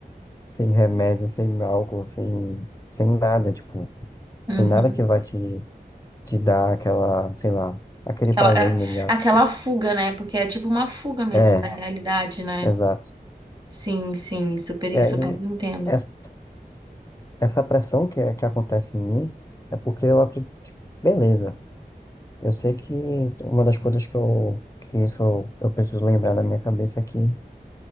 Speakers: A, on the left; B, on the right.
A: sem remédio, sem álcool, sem, sem nada, tipo,
B: Uhum.
A: sem nada que vai te, te dar aquela, sei lá, aquele
B: Aquela,
A: prazer
B: é-
A: imediato.
B: aquela
A: assim.
B: fuga, né? Porque é tipo uma fuga mesmo
A: É,
B: da realidade, né?
A: exato.
B: Sim, sim, super,
A: E aí,
B: super entendo.
A: essa, essa pressão que, é, que acontece em mim é porque eu acredito, beleza. Eu sei que uma das coisas que eu, que isso eu, eu preciso lembrar da minha cabeça é que